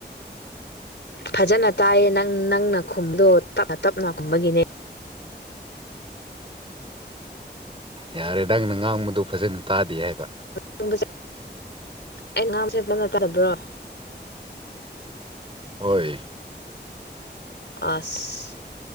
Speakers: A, on the left (about 80°); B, on the right (about 30°).
A: ꯐꯖꯅ ꯇꯥꯏꯌꯦ ꯅꯪ ꯅꯪꯅ ꯈꯨꯝꯕꯗꯣ ꯇꯞ ꯇꯞꯅ ꯈꯨꯝꯕꯒꯤꯅꯦ
B: ꯌꯥꯔꯦ ꯅꯪꯅ ꯉꯥꯡꯕꯗꯣ ꯐꯖꯅ ꯇꯥꯗꯦ ꯍꯥꯏꯕ
A: ꯉꯥꯡꯕꯁꯦ ꯑꯩ ꯉꯥꯡꯕꯁꯦ ꯐꯖꯅ ꯇꯥꯗꯕ꯭ꯔꯣ
B: ꯍꯣꯏ
A: ꯑꯁ